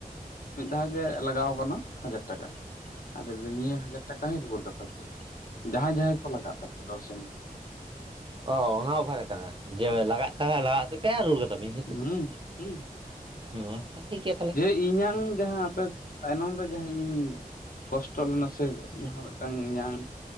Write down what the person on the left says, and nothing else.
ᱢᱤᱫ ᱫᱷᱟᱣ ᱜᱮ ᱞᱟᱜᱟᱣ ᱟᱠᱟᱱᱟ ᱦᱟᱡᱟᱨ ᱴᱟᱠᱟ ᱾ ᱟᱫᱚ ᱞᱮᱫᱤᱧ ᱱᱤᱭᱟᱹ ᱦᱟᱡᱟᱨ ᱴᱟᱠᱟ ᱦᱚᱸᱧ ᱨᱩᱣᱟᱹᱲ ᱠᱟᱛᱟ ᱯᱮᱭᱟ ᱡᱟᱦᱟᱸᱭ ᱡᱟᱦᱟᱸᱭ ᱠᱚ ᱞᱟᱜᱟᱜ ᱛᱟᱯᱮᱭᱟ ᱫᱚᱥ ᱡᱚᱱ ᱛᱮ
ᱦᱩᱸ ᱦᱩᱸ
ᱤᱧᱟᱹᱝ ᱡᱟᱦᱟᱸ ᱟᱯᱮ ᱛᱟᱭᱱᱚᱢ ᱨᱮ ᱡᱟᱦᱟᱸ ᱤᱧ ᱠᱚᱥᱴᱚ ᱞᱮᱱᱟ ᱥᱮ ᱡᱟᱦᱟᱸ ᱢᱤᱫᱴᱟᱝ ᱤᱧᱟᱝ